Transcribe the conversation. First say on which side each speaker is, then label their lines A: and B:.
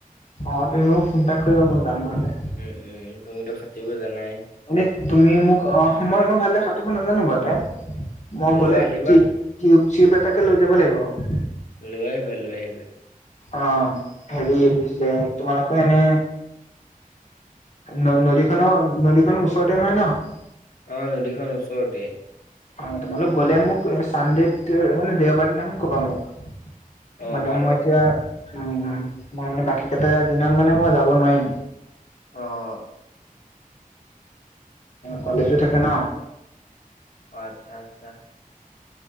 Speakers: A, on the left (about 55°); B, on the left (about 80°).
A: অ', তুমি মোক ফোন এটা কৰিবা, মই যাম বাৰু তে।
B: উম উম, তুমিতো সাঁতুৰিব জানাই?
A: মানে তুমি মোক অ'-মই ইমান ভালদৰে সাতুঁৰিব নাজানো বাৰু তে, মই
B: হ'লেও
A: গ'লে
B: আহিবা
A: তি টিউব চিউব এটাকে লৈ যাব লাগিব।
B: লৈ আহিবা লৈ আহিবা।
A: অ', হেৰি এইটো কি আছিলে, তোমালোকৰ এনে নদ-নদীখনৰ নদীখনৰ ওচৰতে নহয় ন?
B: অ', নদীখন ওচৰতে।
A: অ', তোমালোক গ'লে মোক চাণ্ডডেত মানে দেওবাৰ দিনাখন ক'বা মোক।
B: অ
A: মানে
B: বাৰু।
A: মই এতিয়া উম, মই মানে বাকীকেইটা দিনত মানে মই যাব নোৱাৰিম।
B: অ'
A: কলেজো থাকে ন।
B: অ', আচ্ছা-আচ্ছা।